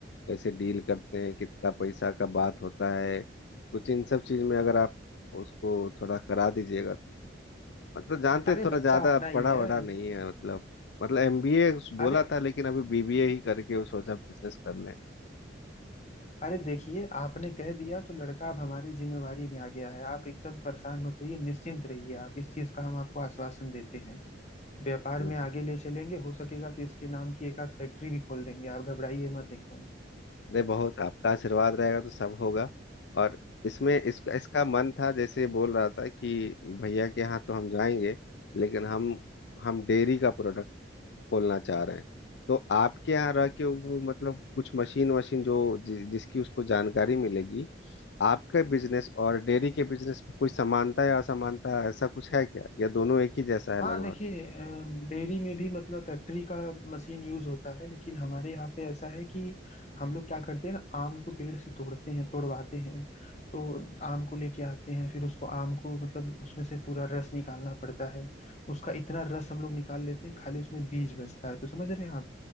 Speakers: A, on the left; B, on the left.
A: कैसे डील करते हैं कितना पैसा का बात होता है कुछ इन सब चीज में अगर आप उसको थोड़ा करा दीजिएगा तो मतलब जानते
B: अरे
A: हैं थोड़ा
B: बच्चा
A: ज्यादा
B: अपना ही
A: पढ़ा
B: है
A: वढ़ा नहीं है मतलब मतलब एमबीए बोला
B: अरे
A: था लेकिन अभी बीबीए ही करके वो सोचा बिजनेस कर
B: अरे देखिए आपने कह दिया तो लड़का अब हमारी जिम्मेवारी में आ गया है आप एकदम परेशान मत होइए निश्चिंत रहिए आप इस चीज का हम आपको आश्वासन देते हैं व्यापार
A: लें
B: में आगे ले चलेंगे हो सकेगा तो इसके नाम की एक आध फैक्ट्री भी खोल देंगे आप घबराइए मत एकदम
A: नहीं बहुत आपका आशीर्वाद रहेगा तो सब होगा और इसमें इसका इसका मन था जैसे बोल रहा था कि भैया के यहाँ तो हम जाएंगे लेकिन हम हम डेयरी का प्रोडक्ट खोलना चाह रहे हैं तो आपके यहाँ रह के वो मतलब कुछ मशीन वशीन जो जि, जिसकी उसको जानकारी मिलेगी आपका बिजनेस और डेयरी के बिजनेस में कोई समानता या असमानता ऐसा कुछ है क्या या दोनों एक ही जैसा है
B: हाँ
A: लगभग
B: देखिए अम, डेयरी में भी मतलब फैक्ट्री का मशीन यूज होता है लेकिन हमारे यहाँ पे ऐसा है कि हम लोग क्या करते हैं ना आम को पेड़ से तोड़ते हैं तोड़वाते हैं तो आम को लेके आते हैं फिर उसको आम को मतलब उसमें से पूरा रस निकालना पड़ता है उसका इतना रस हम लोग निकाल लेते हैं खाली उसमें बीज बचता है तो समझ रहे हैं आप